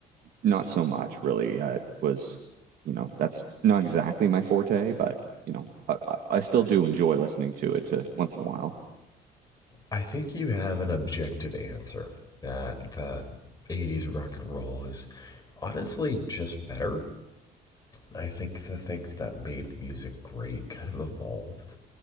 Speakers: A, on the right; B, on the left.
A: not so much really. Uh, it was, you know, that's not exactly my forte, but you know, I, I I still do enjoy listening to it uh once in a while.
B: I think you have an objective answer that the 80s rock and roll is honestly just better I think the things that made music great kind of evolved.